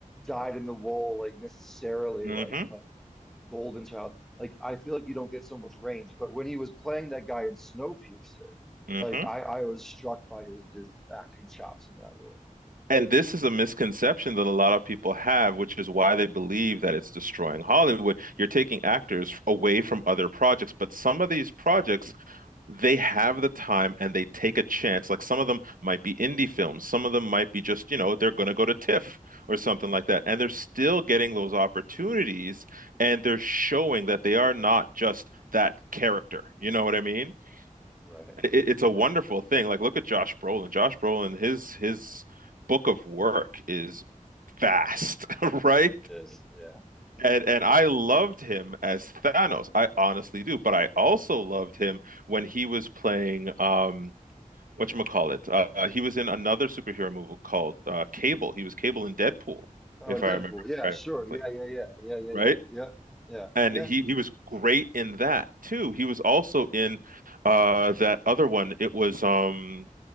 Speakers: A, in the centre; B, on the right.
A: dyed in the wool, like necessarily
B: Mm-hmm.
A: like like Golden Child. Like I feel like you don't get so much range, but when he was playing that guy in Snowpiercer,
B: Mm-hmm.
A: like I I was struck by his his acting chops in that role.
B: And this is a misconception that a lot of people have, which is why they believe that it's destroying Hollywood. You're taking actors away from other projects, but some of these projects, they have the time and they take a chance. Like some of them might be indie films, some of them might be just, you know, they're going to go to TIFF or something like that. And they're still getting
A: Sure.
B: those opportunities and they're showing that they are not just that character. You know what I mean?
A: Right.
B: It, it's
A: Yeah,
B: a wonderful thing. Like, look at Josh Brolin. Josh Brolin, his his book of work is vast, <laughs> right?
A: it is. Yeah.
B: And and
A: Yeah.
B: I loved him as Thanos. I honestly do. But I also loved him when he was playing um whatchamacallit. Uh, uh, he was in another superhero movie called uh, Cable. He was Cable in Deadpool,
A: Oh,
B: if
A: and
B: I
A: Deadpool.
B: remember
A: Yeah,
B: correctly,
A: sure. Yeah, yeah, yeah. Yeah, yeah,
B: right?
A: yeah. Yep. Yeah.
B: And
A: Yeah.
B: he he was great in that too. He was also in uh that other one. It was um